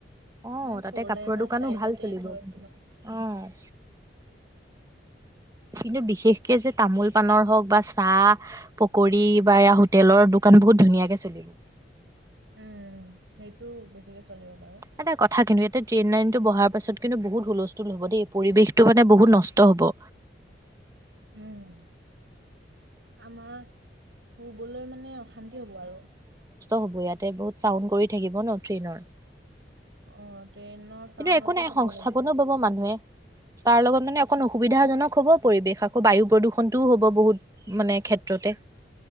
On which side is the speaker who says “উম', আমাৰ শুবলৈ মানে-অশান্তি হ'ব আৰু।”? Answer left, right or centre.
Right